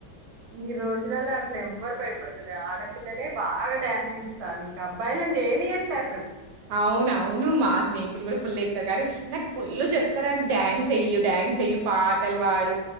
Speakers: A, on the right; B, on the right.
A: ఈ రోజులలో అట్లు ఎవ్వరు భయపడుతారు ఆడపిల్లలే బాగా డ్యాన్స్ ఇస్తారు ఇంకా అబ్బాయిలుని చేయనియట్లే అసలు
B: అవున అవును మా స్నేహితులు కూడా ఫుల్ ఇస్తారు కానీ నాకు ఫుల్ చెప్తారండి డ్యాన్స్ అయ్య డ్యాన్స్ అయ్యి పాటలు పాడు